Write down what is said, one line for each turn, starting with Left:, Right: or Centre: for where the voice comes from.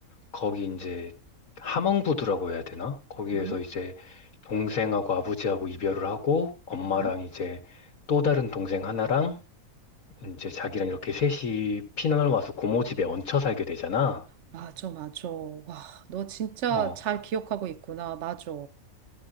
Left: 거기 이제, 함흥부두라고 해야 되나? 거기에서
Right: 응,
Left: 이제, 동생하고 아버지하고 이별을 하고, 엄마랑
Right: 응.
Left: 이제, 또 다른 동생 하나랑, 이제 자기랑 이렇게 셋이 피난을 와서 고모 집에 얹혀 살게 되잖아.
Right: 맞아, 맞아. 와, 너 진짜
Left: 어,
Right: 잘 기억하고 있구나. 맞아.